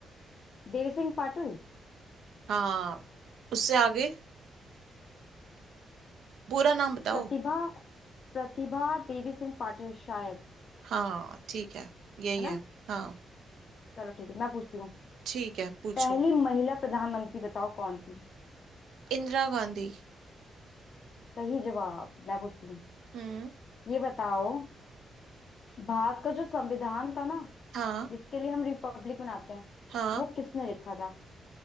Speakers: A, on the left; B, on the right.
A: देवी सिंह पाटिल
B: हाँ उससे आगे पूरा नाम बताओ
A: प्रतिभा प्रतिभा देवी सिंह पाटिल शायद
B: हाँ ठीक है यही
A: है
B: है
A: ना
B: हाँ
A: चलो ठीक है मैं पूछती हूँ
B: ठीक है पूछो
A: पहली महिला प्रधानमंत्री बताओ कौन थी
B: इंदिरा गांधी
A: सही जवाब मैं पूछती हूँ
B: हम्म
A: ये बताओ भारत का जो संविधान था ना
B: हाँ
A: जिसके लिए हम रिपब्लिक मनाते हैं
B: हाँ
A: वो किसने लिखा था